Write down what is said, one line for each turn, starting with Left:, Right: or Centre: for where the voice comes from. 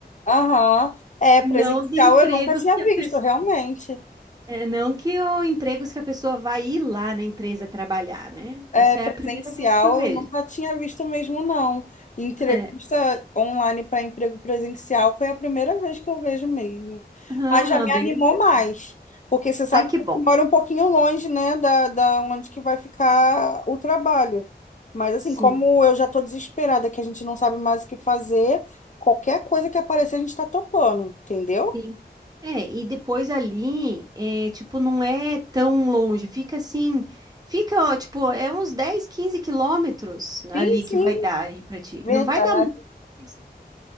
Left: Aham. É,
Right: não
Left: presencial
Right: de empregos
Left: eu nunca tinha
Right: que a
Left: visto,
Right: pessoa.
Left: realmente.
Right: não que o empregos que a pessoa vai ir lá na empresa trabalhar, né?
Left: É,
Right: Isso
Left: presencial
Right: é a primeira vez que eu vejo.
Left: eu nunca tinha visto mesmo, não. Entrevista
Right: É.
Left: online para emprego presencial foi a primeira vez que eu vejo mesmo.
Right: Aham,
Left: Mas já me animou
Right: bem interessante.
Left: mais, porque você sabe
Right: Ai, que
Left: que
Right: bom.
Left: eu moro um pouquinho longe, né, da, da onde que vai ficar o trabalho. Mas assim,
Right: Sim.
Left: como eu já estou desesperada, que a gente não sabe mais o que fazer, qualquer coisa que aparecer a gente está topando, entendeu?
Right: sim. É, e depois ali, é, tipo, não é tão longe, fica assim, fica, ó, tipo, é uns 10, 15 quilômetros
Left: Sim,
Right: ali
Left: sim,
Right: que vai dar aí pra ti.
Left: verdade.
Right: Não vai dar muita coisa.